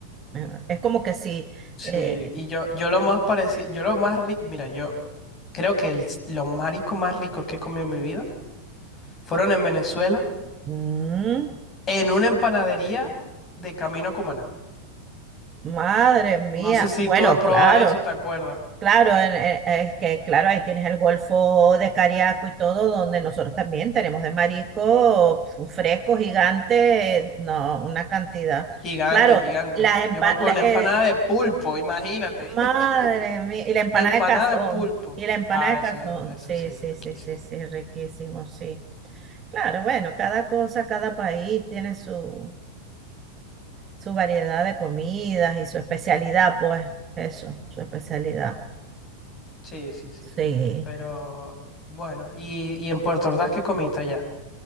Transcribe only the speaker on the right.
Eh, Es como que si,
eh,
mm,
madre mía,
bueno,
claro.
Claro, en- eh, es que claro, ahí tienes el Golfo de Cariaco y todo, donde nosotros también tenemos de marisco pf, fresco, gigante, eh, no, una cantidad.
Claro,
las empa-
la- eh,
madre mía,
y la empanada
de cazón,
y la empanada
de
cazón,
sí,
sí,
sí, sí, sí, riquísimo, sí. Claro, bueno, cada cosa, cada país tiene su, su variedad de comidas y su especialidad, pues, eso, su especialidad.
Sí.